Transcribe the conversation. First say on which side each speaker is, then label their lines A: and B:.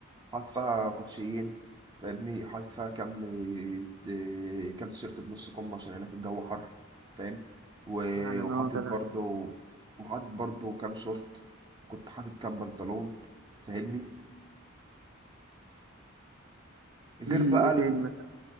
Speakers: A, on the right; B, on the right.
A: حاطط فيها كوتشيين فاهمني حاطط فيها كام آه، كام تيشيرت بنص كم عشان هناك الجو حر فاهم و-
B: فعلا
A: وحاطط
B: اه طبعا
A: برضو وحاطط برضو كام شورت وكنت حاطط كام بنطلون فاهمني غير
B: في
A: بقى
B: ايه تاني مثلا